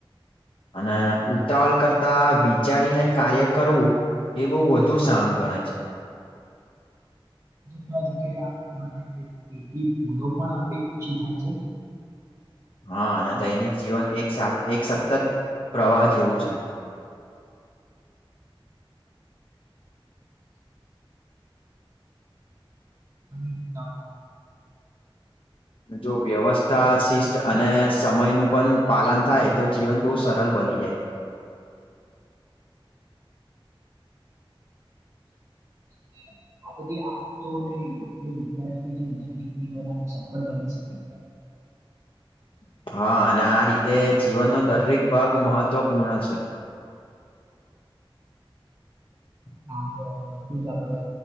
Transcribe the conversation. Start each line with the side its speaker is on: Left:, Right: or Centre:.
Left: અને ઉતાવલ કરતા વિચારીને કાર્ય કરવું. એ બહુ વધુ સણું ગણાય છે.
Right: વા્યારે આમ કવાને ભૂલો પણ આપડી ઓછી થાય છે ને.
Left: <inaudible> હા અને દૈનિક જીવન એક એક સતત પ્રવાહ જેવું છે.
Right: અ <unintelligible>
Left: જો વ્યવસ્થા શિસ્ત અને સમય નું પણ પાલન થાય તો જીવન બહુ સરળ બને. બની જાય.
Right: અને
Left: હમ <inaudible>
Right: આ બધી આતોને યોગ્ય વિચારોથી જે દૈનિક જીવન આમ સફળ બની શકે છે.
Left: <inaudible> હા અને આ રીતે જીવનનો દરેક ભાગ મહત્વપૂર્ણ છે. <inaudible>
Right: આ બધું જ આપડણે